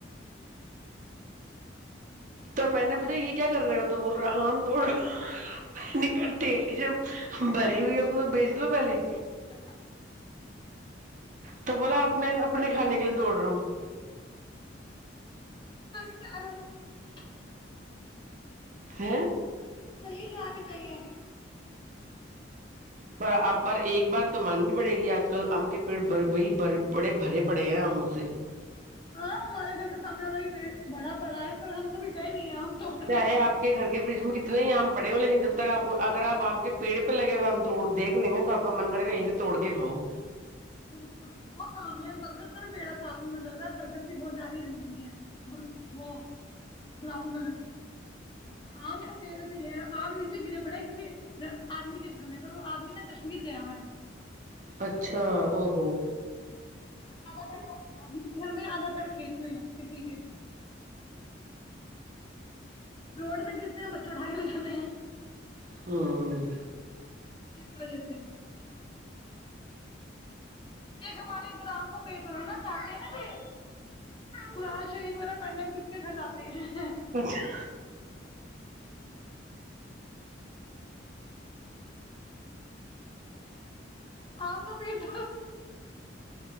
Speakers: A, on the right; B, on the left.
A: تو میں نے پوچھا یہ کیا کر رہے ہو تو بول رہا آم توڑا میں نے تیلی جب بھری ہوئی ہے اس کو تو بیچ لو پہلے
B: <unintelligible>
A: تو بولا اپنے اپنے کھانے کے لیے توڑ رہا ہوں
B: <unintelligible>
A: ہ
B: صحیے کہ یہاں بھی صاہیے
A: پر آپ پر ایک بات تو ماننی پڑے گی آج کل آم کے پیڑ بر بائی بڑے بڑے بھرے پڑے ہیں ہم اسے
B: ہاں ہمارے گھر کا سامنے والا بڑا پڑا ہے پر ہم کبھی گئے نہیں ہیں ہم توڑنے
A: چاہے آپ کے گھر کے برج میں کتنے ہی آم پڑے ہو لیکن جب تک آپ کو اگر آپ آم کے پیڑ پہ لگے ہوا ہم توڑ دھ لیں گے تو آ کا من کیں توڑ کے کاؤ
B: بالکل بہت آم ہے برگت کا بھی پیڑا ساتھ میں مجے لگ رہا ہے برگت کی بہت ڈالی ڈ رہی ہے وہ براؤن کلر کی آم کا پیڑ بھی ہے آم نیچے گرے پڑے کسی آدمی کے گھر میں پر وہ آدمی نا کشمیر گیا ہوا ہے
A: اچھا اوکے
B: ا آدمی کے گھر میں زیادہ تر کھیت میں ہے کسی کے روڈ ت گرتے ہیں بچے اٹھا کے لے جتے ہیں
A: ہوں
B: ج کال تھ ایک ہمارے رام کو پ ہم نا جاتے ہیں نا کہ قرآن شریف وغیرہ پڑھنے میں کسی کے گھر جاتے ہیں
A: اچھا
B: آم کا پیٹ ڈ